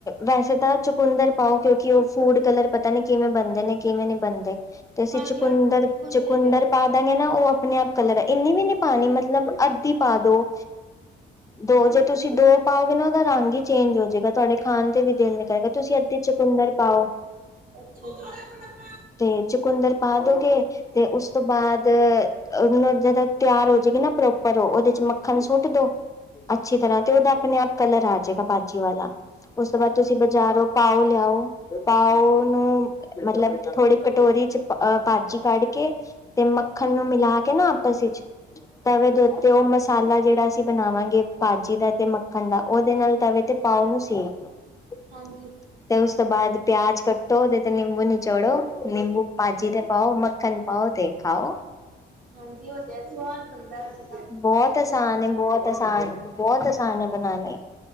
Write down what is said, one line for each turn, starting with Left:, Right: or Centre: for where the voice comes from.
Left: ਵੈਸੇ ਤਾਂ ਚੁਕੰਦਰ ਪਾਓ ਕਿਉਂਕਿ ਉਹ ਫੂਡ ਕਲਰ ਪਤਾ ਨੀ ਕਿਵੇਂ ਬਣਦੇ ਨੇ ਕਿਵੇਂ ਨਈ। ਬਣਦੇ ਤੂੰਸੀਂ
Right: ਹਾਂਜੀ
Left: ਚੁਕੰਦਰ
Right: ਹਾਂਜੀ ਬਿਲਕੁਲ
Left: ਚੁਕੰਦਰ
Right: ਸਹੀ ਕਿਹਾ
Left: ਪਾ ਲਾਂਗੇ ਨਾ ਉਹ ਆਪਣੇ ਆਪ ਕਲਰ ਹੈ, ਇੰਨੀ ਵੀ ਨੀ ਪਾਣੀ ਮਤਲਬ ਅੱਧੀ ਪਾ ਦੋ। ਦੋ ਜੇ ਤੁਸੀਂ ਦੋ। ਪਾਓ ਵੀ ਨਾ ਉਹਦਾ ਰੰਗ ਹੀ ਚੇਂਜ ਹੋਜੇਗਾ ਤੁਹਾਡੇ ਖਾਣ ਦਾ ਵੀ ਦਿਲ ਨ ਕਰੇਗਾ ਤੁਸੀਂ ਅੱਧੀ ਚਕੁੰਦਰ ਪਾਓ।
Right: ਅੱਛਾ ਜੀ।
Left: ਤੇ ਚੁਕੰਦਰ ਪਾ ਦੋਗੇ ਤੇ ਉਸ ਤੋਂ ਬਾਅਦ। ਉਹਨੂੰ ਜਦੋਂ ਤਿਆਰ ਹੋ ਜਾਏਗੀ ਨਾ ਪ੍ਰੋਪਰ ਉਹਦੇ ਚ ਮੱਖਣ ਸੁੱਟ ਦੋ। ਅੱਛੀ ਤਰ੍ਹਾਂ
Right: ਹਮ
Left: ਤੇ ਉਹਦਾ ਆਪਣੇ ਆਪ ਕਲਰ ਆ ਜਾਏਗਾ ਭਾਜੀ ਵਾਲਾ, ਉਸ ਤੋਂ ਬਾਅਦ
Right: ਅੱਛਾ
Left: ਤੁਸੀਂ ਬਾਜ਼ਾਰੋ।
Right: ਜੀ
Left: ਪਾਓ ਲਿਆਓ ਪਾਓ ਨੂੰ ਮਤਲਬ ਥੋੜੀ ਕਟੋਰੀ ਚ ਭਾਜੀ ਕੱਢ ਕੇ ਤੇ ਮੱਖਣ ਨੂੰ ਮਿਲਾ ਕੇ ਨਾ ਆਪਸ ਵਿੱਚ। ਤਵੇ
Right: ਅੱਛਾ
Left: ਦੇ ਉਤੇ ਉਹ ਮਸ ਮਸਾਲਾ ਜਿਹੜਾ ਅਸੀਂ ਬਣਾਵਾਂਗੇ ਭਾਜੀ ਦਾ, ਤੇ ਮੱਖਣ ਦਾ ਉਹਦੇ ਨਾਲ ਤਵੇ ਤੇ ਪਾਓ ਉਹਨੂੰ ਸੇਕ <unintelligible>
Right: ਹਾਂਜੀ।
Left: ਤੇ ਉਸ ਤੋਂ ਬਾਅਦ ਪਿਆਜ ਕੱਟੋ, ਉਹਦੇ ਤੇ ਨਿੰਬੂ ਨਿ ਨਿਚੜੋ ਨਿੰਬੂ ਪਾਜੀ ਤੇ ਪਾਓ, ਮੱਖਣ ਪਾਓ ਤੇ ਖਾਓ।
Right: ਹਾਂਜੀ, ਉਹਦਾ ਸਵਾਦ ਬਣਦਾ ਹਜੇ ਤੱਕ
Left: ਬਹੁਤ ਆਸਾਨ ਏ, ਬਹੁਤ ਆਸਾਨ ਏ, ਬਹੁਤ ਆਸਾਨ ਏ ਬਣਾਣੇ।